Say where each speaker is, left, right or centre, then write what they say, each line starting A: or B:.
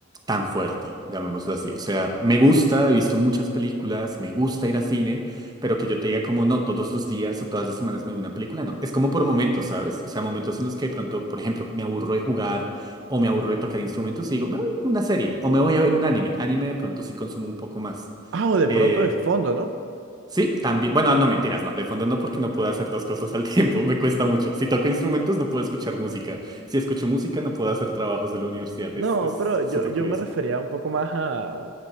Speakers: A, on the right (about 20°); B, on the right (about 65°).
A: tan fuerte, llamémoslo así. O sea, me gusta, he visto muchas películas, me gusta ir a cine, pero que yo te diga como no, todos los días o todas las semanas me veo una película, no. Es como por momentos, ¿sabes? O sea, momentos en los que de pronto, por ejemplo, me aburro de jugar o me aburro de tocar instrumentos y digo, me voy a ver una serie o me voy a ver un anime. Anime de pronto sí consumo un poco más.
B: Ah, o de
A: Eh,
B: pronto de fondo, ¿no?
A: Sí, también. Bueno, no mentiras, no. De fondo no, porque no puedo hacer dos cosas al <laughs> tiempo. Me cuesta mucho. Si toco instrumentos, no puedo escuchar música. Si escucho música, no puedo hacer trabajos de la universidad.
B: No,
A: Es, es
B: pero yo,
A: súper
B: yo
A: curioso.
B: me refería un poco más a,